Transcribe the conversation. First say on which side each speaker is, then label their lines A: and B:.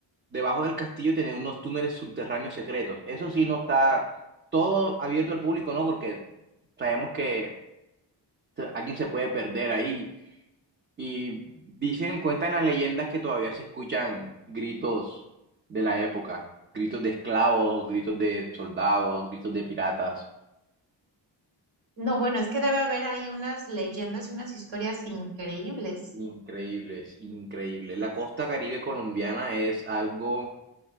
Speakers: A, on the right; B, on the right.
A: debajo del castillo tener unos túneles subterráneos secretos. Eso sí no está todo abierto al público, ¿no? Porque sabemos que se- alguien se puede perder ahí. Y dicen, cuentan las leyendas que todavía se escuchan gritos de la época, gritos de esclavos, gritos de soldados, gritos de piratas.
B: No, bueno, es que debe haber ahí unas leyendas y unas historias increíbles.
A: Increíbles, increíbles. La costa Caribe colombiana es algo